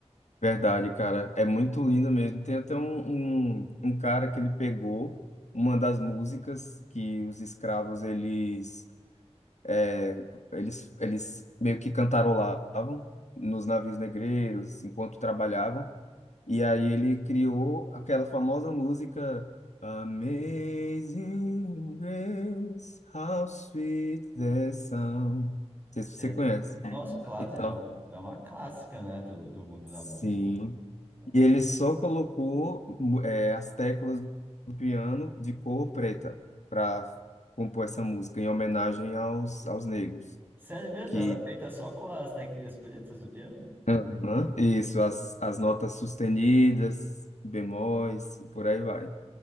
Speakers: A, on the left; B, on the right.
A: Verdade, cara. É muito lindo mesmo. Tem até um, um, um cara que ele pegou uma das músicas que os escravos eles É, Eles, eles meio que cantarolavam nos navios negreiros enquanto trabalhavam. E aí ele criou aquela famosa música Amazing Grace, How Sweet the Sound. Não sei se você
B: É,
A: conhece.
B: Nossa, classe
A: Então,
B: é, um- é uma clássica, né, do, do mundo
A: sim.
B: da música. Então,
A: E ele só colocou mu- eh, as teclas do piano de cor preta para compor essa música em homenagem aos, aos negros,
B: Sério mesmo,
A: que
B: ela é feita só com as teclinhas pretas do piano?
A: Aham. Isso, as, as notas sustenidas, bemóis, e por aí vai.